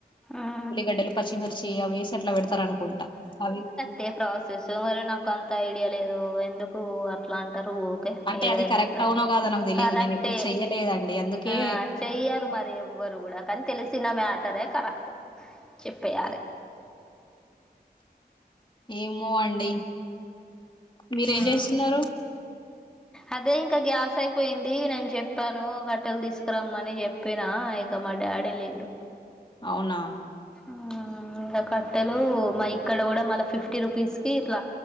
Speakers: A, in the centre; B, on the left.
A: ఉమ్
B: ఉల్లిగడ్డలు, పచ్చిమిర్చీ అవి ఏసి అట్లా పెడతారు అనుకుంటా. అవి
A: టే ప్రాసెసూ మరి నాకు అంత ఐడియా లేదూ ఎందుకూ అట్లాం. టరూ ఊకే
B: అంటే
A: ఏదైనా
B: అది కరెక్ట్
A: కూడ.
B: అవునో కాదో నాకు తెలీదు
A: కరెక్టే
B: నేను ఎప్పుడు చెయ్యలేదండి అందుకే
A: ఆ చెయ్యరు మరి ఎవ్వరు గూడా కానీ తెలిసిన మేటరే కరెక్టు. చెప్పెయ్యాలే.
B: ఏమో అండి. మీరేం
A: ఉమ్
B: చేస్తున్నరు.
A: అదే ఇంకా గ్యాస్ అయిపోయిందీ. నేను చెప్పానూ కట్టెలు తీసుకురమ్మని చెప్పినా ఇంక మడ్ డాడి లేడు.
B: అవునా
A: ఆ ఇగ కట్టెలూ మా ఇక్కడ గూడా మళ్ళ ఫిఫ్టీ రూ పీస్కీ ఇట్లా